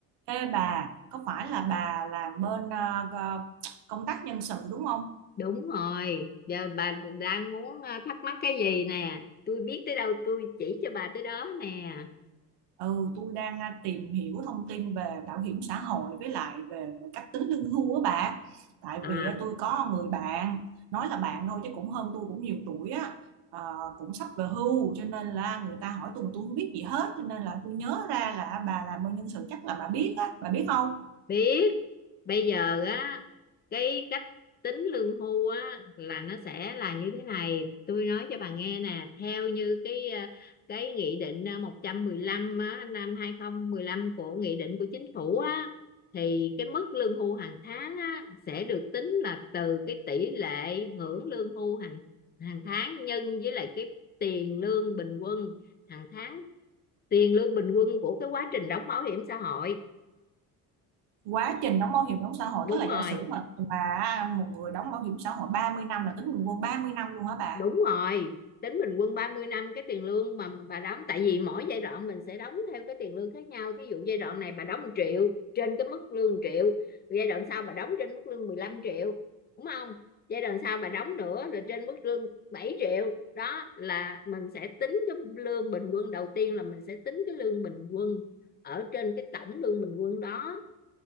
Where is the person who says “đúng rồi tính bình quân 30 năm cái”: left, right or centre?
Left